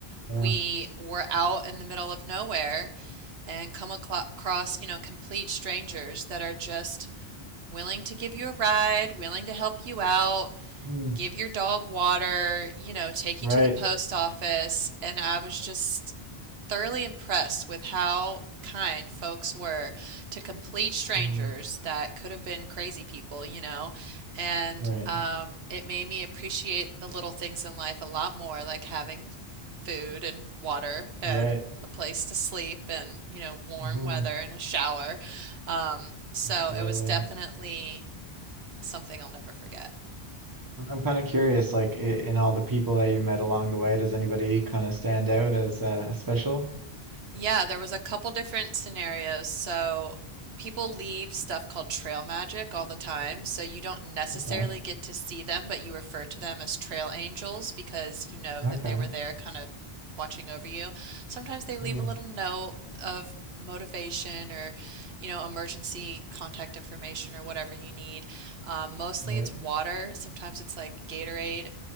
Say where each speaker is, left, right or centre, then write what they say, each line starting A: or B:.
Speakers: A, on the right; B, on the right.
A: Yeah.
B: we were out in the middle of nowhere and come aclo- across, you know, complete strangers that are just willing to give you a ride, willing to help you out
A: Mm.
B: give your dog water, you know, take you
A: Right.
B: to the post office. And I was just thoroughly impressed with how kind folks were to complete strangers
A: hmm.
B: that could have been crazy people, you know. And
A: Right,
B: um, it made me appreciate the little things in life a lot more, like having food and water and
A: right.
B: a place to sleep and, you know, warm
A: hmm
B: weather and a shower. Um, so
A: Absolutely.
B: it was definitely something I'll never forget.
A: I'm kind of curious, like i- in all the people that you met along the way, does anybody kind of stand out as uh, special?
B: Yeah, there was a couple different scenarios. So people leave stuff called trail magic all the time. So you don't necessarily
A: Okay,
B: get to see them, but you refer to them as trail angels because you know
A: okay.
B: that they were there kind of watching over you. Sometimes they leave
A: Mm-hmm.
B: a little note of motivation or, you know, emergency contact information or whatever you need. Um, mostly
A: Right.
B: it's water. Sometimes it's like Gatorade.